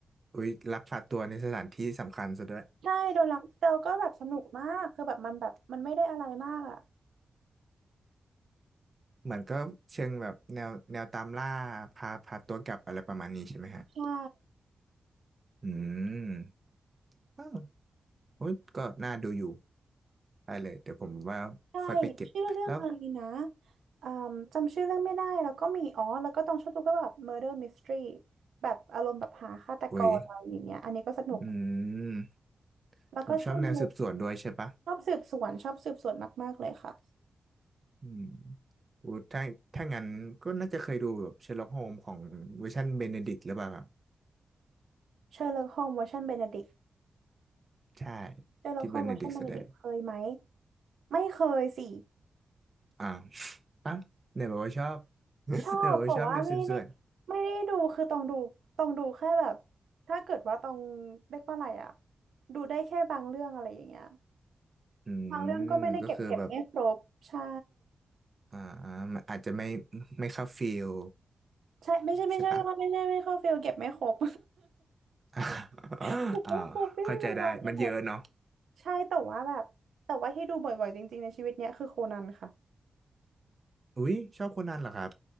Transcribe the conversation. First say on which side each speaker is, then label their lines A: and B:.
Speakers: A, on the right; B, on the right.
A: อุ้ยลักพาตัวในสถานที่สำคัญซะด้วย
B: ใช่โดนลักเตลก็แบบสนุกมากคือแบบมันแบบมันไม่ได้อะไรมากอ่ะ
A: เหมือนก็เชิงแบบแนวแนวตามล่าพาพาตัวกลับอะไรประมาณนี้ใช่ไหมฮะ
B: ใช่
A: อืมอ้าวโอ้ยก็น่าดูอยู่ได้เลย เดี๋ยวผมว่าค่อยไปเก็บแล้ว
B: ใช่ชื่อเรื่องอะไรนะอืมจำชื่อเรื่องไม่ได้แล้วก็มีอ๋อแล้วก็ต้องชอบดูก็แบบ Murder Mystery แบบอารมณ์แบบหาฆาตกรอะไรอย่างเงี้ยอันนี้ก็สนุก
A: อุ้ยอืม
B: แล้วก็ชอบดู
A: ผมชอบแนวสืบสวนด้วยใช่ปะ
B: ชอบสืบสวนชอบสืบสวนมากๆเลยค่ะ
A: อืมอู้ถ้าถ้างั้นก็น่าจะเคยดูแบบเชอร์ล็อกโฮมของเวอร์ชันเบเนดิกต์หรือเปล่าครับ
B: เชอร์ล็อกโฮมส์เวอร์ชันเบเนดิก
A: ใช่
B: เชอร์ล็อกโฮมส์เวอร์ชันเบเนดิกเคยไหม
A: ที่เบเนดิกต์แสดง
B: ไม่เคยสิ
A: อ่า อ่ะไหนบอกว่าชอบ <laughs>
B: ชอบแต่ว่าไม่ได้
A: ไหนบอกว่าชอบแนวสืบสวน
B: ไม่ได้ดูคือต้องดูต้องดูแค่แบบถ้าเกิดว่าต้องเรียกว่าอะไรอะดูได้แค่บางเรื่องอะไรอย่างเงี้ย
A: อืมก็คือแบบ
B: บางเรื่องก็ไม่ได้เก็บเก็บไม่ครบใช่
A: อ่ามันอาจจะไม่ไม่เข้าฟิล
B: ใช่ไม่ใช่ไม่ใช่ว่าไม่ใช่ไม่เข้าฟิลเก็บไม่ครบ
A: ใช่ปะ <laughs>
B: <laughs> เก็บไม่ครบไม่มีเวลาเก็บ
A: อ้าวเข้าใจได้มันเยอะเนาะ
B: ใช่แต่ว่าแบบแต่ว่าที่ดูบ่อยๆจริงๆในชีวิตเนี้ยคือโคนันค่ะ
A: อุ๊ยชอบคนนั้นเหรอครับ